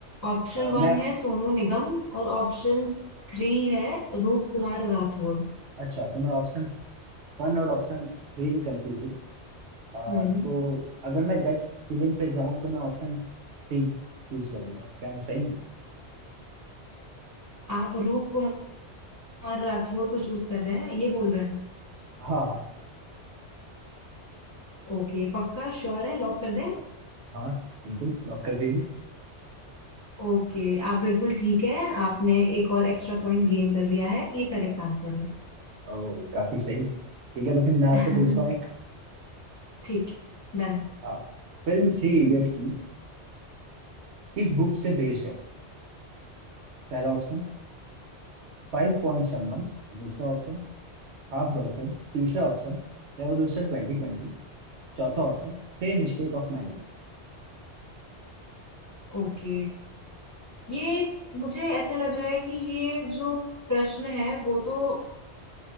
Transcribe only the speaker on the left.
ऑप्शन
वन
है सोनू निगम और ऑप्शन थ्री है रूप कुमार राठौड़
हम्म
आप रूप कुमार राठौड़ को चूज कर रहे हैं ये बोल रहे हैं
ओके पक्का श्योर है लॉक कर दें
ओके आप बिल्कुल ठीक है आपने एक और एक्स्ट्रा पॉइंट गेन कर लिया है ये करेक्ट आंसर है
<laughs>
ठीक है डन
ओके ये मुझे ऐसा लग रहा है कि ये जो प्रश्न है वो तो